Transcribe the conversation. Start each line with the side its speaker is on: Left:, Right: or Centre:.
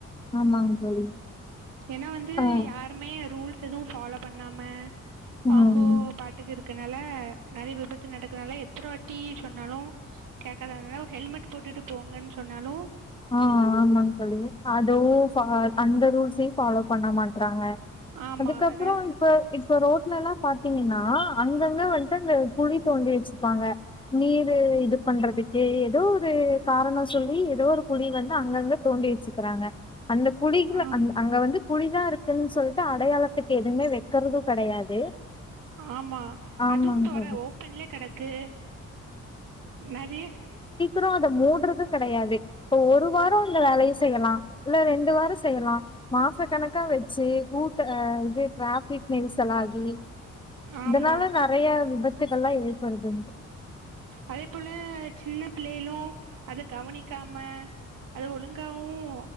Left: ஆமாங்க தோழி
Right: ஏனா வந்து
Left: ஆ
Right: யாருமே ரூல் எதுவூ ஃபாலோ பண்ணாம
Left: ம்
Right: அவுங்கோ பாட்டுக்கு இருக் கனால நறைய விபத்து நடக்கனால எத்தன வாட்டி சொன்னாலூ கேக்காதவங்லா ஹெல்மெட் போட்டுட்டு போங்கன்னு சொன்னாலூ
Left: ஆ ஆமாங் தோழி அதூ சா அந்த ரூல்ஸையூ ஃபாலோ பண்ண மாட்றாங்க
Right: ஆமா
Left: அதுக்கப்றோ
Right: வேற
Left: இப்ப இப்ப ரோட்லல்லாம் பாத்தீங்கன்னா அங்கங்க வந்துட்டு அங்க குழி தோண்டி வச்சுப்பாங்க நீரு இது பண்றதுக்கு ஏதோ ஒரு காரணம் சொல்லி ஏதோ ஒரு குழி வந்து அங்கங்க தோண்டி வச்சுக்குறாங்க அந்த குழிகள
Right: ஆ
Left: அ அங்க வந்து குழிதான் இருக்குன்னு சொல்லிட்டு அடையாளத்துக்கு எதுமே வைக்கறதும் கெடையாது
Right: ஆமா
Left: ஆமாங்
Right: அதுவும் தொர
Left: தோழி
Right: ஓப்பன்லேயே கெடக்கு நெறைய
Left: ம் அத மூட்றது கெடையாது இப்ப ஒரு வாரம் இந்த வேலைய செய்யலாம் இல்ல ரெண்டு வாரம் செய்யலாம் மாச கணக்கா வச்சு கூட்ட இது ட்ராஃபிக் நெரிசலாகி
Right: ஆமா
Left: இதனால நெறைய விபத் த்துக்கள்ளாம் ஏற்படுது
Right: அதே போல சின்ன பிள்ளைகளும் அத கவனிக்காம அத ஒழுங்காவும்